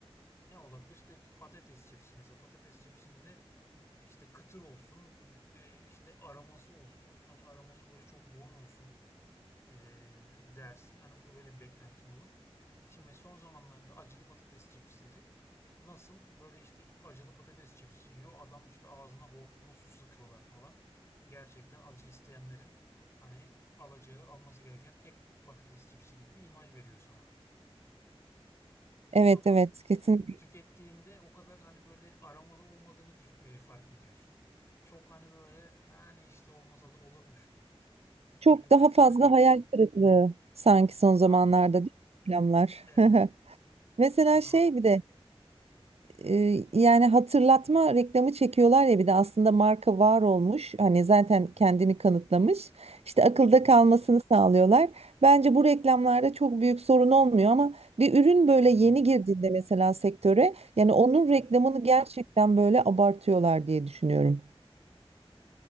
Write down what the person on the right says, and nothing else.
Evet
evet kesinlikle.
Çok
daha
fazla
hayal
kırıklığı sanki son
zamanlarda değil mi reklamlar.
<laughs> Mesela
şey
bir de e, yani hatırlatma reklamı çekiyorlar ya bir de aslında marka var olmuş. Hani zaten kendini kanıtlamış. işte akılda
kalmasını sağlıyorlar. Bence bu reklamlarda çok büyük sorun olmuyor ama bir ürün
böyle yeni girdiğinde mesela sektöre yani onun
reklamını gerçekten böyle abartıyorlar diye düşünüyorum.